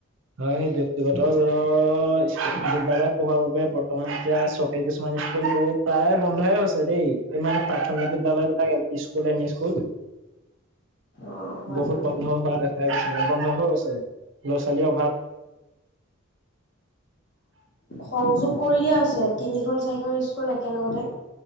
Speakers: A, on the right (about 70°); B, on the left (about 55°).
A: হয় সেই ব্যক্তিগত ধৰ স্কুল বিদ্যালয়ত পঢ়োৱাৰ বাবে বৰ্তমান এতিয়া চৰকাৰী কিছুমান স্কুলবোৰ প্ৰায়ে বন্ধয়ে হৈছে দেই কিমান প্ৰাথমিক বিদ্যালয় বিলাক L P school, M E school.
B: অঁ হয়
A: বহুত
B: হয়
A: বন্ধ হোৱা দেখা গৈছে বন্ধ হৈ গৈছে। ল'ৰা - ছো ছোৱালীৰ অভাৱ
B: সংযোগ কৰি দিয়া হৈছে তিনিখন, চাৰিখন স্কুল একেলগতে